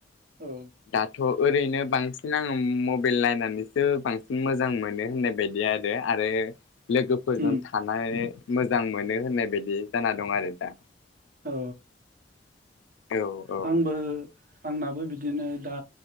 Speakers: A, on the right; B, on the left.
A: औ
B: दाथ' ओरैनो बांसिना उम मबेइल <unintelligible> नानैसो बांसिन मोजां मोनो होननाय बायदि आरो आरो लोगोफोरजों
A: उम
B: थानाय मोजां मोनो होननाय बायदि जाना दं आरो दा।
A: औ
B: औ औ
A: आंबो आंनाबो बिद दिनो दा